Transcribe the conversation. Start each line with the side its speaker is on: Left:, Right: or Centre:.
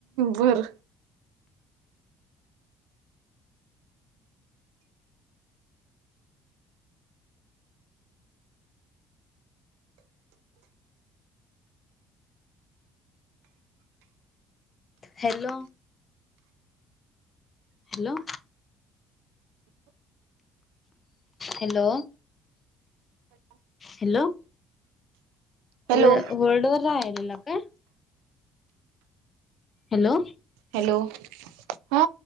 Right: बर
Left: hello hello hello hello
Right: hello
Left: होल्डवरर राहिलेला काय? हॅलो
Right: हॅलो हा